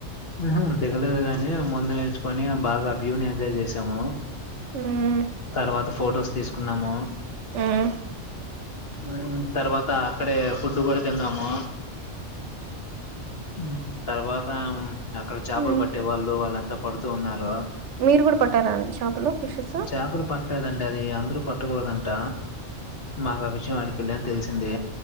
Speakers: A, on the left; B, on the right.
A: హ్మ్ హు దిగలేదు గాని మొన్న తెచ్చుకొని బాగా వ్యూ నీ ఎంజాయ్ జెసాము
B: ఉమ్
A: తర్వాత ఫోటోస్ తీసుకున్నాము
B: ఉమ్
A: మ్మ్ తర్వాత అక్కడే ఫుడ్ కూడా తిన్నాము మ్మ్ తర్వాత ము అక్కడ చాపలు
B: ఉమ్
A: పట్టే వాళ్ళు వాళ్ళంత త పడుతూ ఉన్నారూ
B: మీరు కూడా పట్టారా అండి చాపలు ఫిషెస్
A: చేపలు పట్టలేదండి అది అందరూ పట్టకూడదంట మాకు ఆ విషయం ఆడికెళ్లాక తెలిసిందే